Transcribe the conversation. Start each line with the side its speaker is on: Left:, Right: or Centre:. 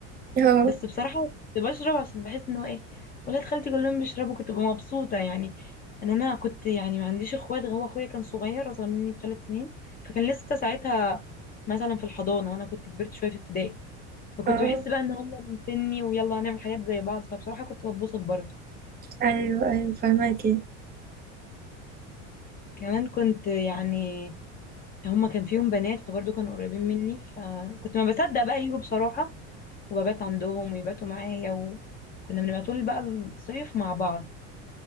Right: اه
Left: بس بصراحه كنت بشرب عشان بحس ان هو ايه ولاد خالتي كلهم بيشربوا كنت ببقى مبسوطه يعني ان انا كنت يعني ما عنديش اخوات هو اخويا كان صغير اصغر مني بثلاث سنين فكان لسه ساعتها مثلا في الحضانه وانا كنت كبرت شويه في ابتدائي فكنت
Right: اه
Left: بحس بقى ان هم من سني ويلا هنعمل حاجات زي بعض فبصراحة كنت بتبسط برضه
Right: ايوه ايوه فاهماكي
Left: كمان كنت يعني هم كان فيهم بنات فبرضه كانوا قريبين مني فكنت ما بصدق بقى يجوا بصراحة وببات عندهم ويباتوا معايا وكنا بنبقى طول بقى الصيف مع بعض